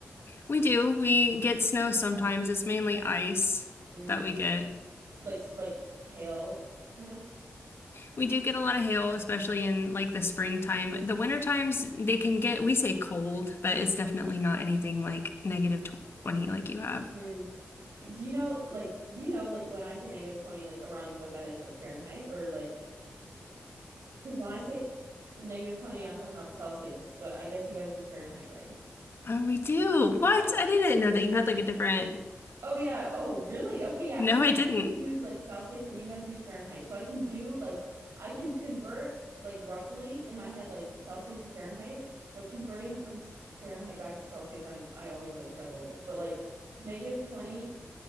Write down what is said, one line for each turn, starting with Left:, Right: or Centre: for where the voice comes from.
Left: we do. We get snow sometimes. It's mainly ice
Right: Mm.
Left: that we get.
Right: Like like hail kind of.
Left: We do get a lot of hail, especially in like the springtime. The winter times they can get, we say cold, but it's definitely not anything like negative 20 like you have.
Right: Mm. Do you know like do you know like when I say negative 20 like around what that is like Fahrenheit or like Because when I say negative 20, I'm talking about Celsius, but I guess you guys use Fahrenheit, right?
Left: Oh, we do. What?
Right: Yeah.
Left: I didn't know that you had like a different.
Right: Oh, yeah. Oh, really? Okay, yeah.
Left: No,
Right: Because
Left: I didn't.
Right: we use like Celsius and you guys use Fahrenheit. So I can do like, I can convert like roughly in my head, like Celsius to Fahrenheit, but converting from s- Fahrenheit back to Celsius, I'm, I always really struggle with. But like negative 20,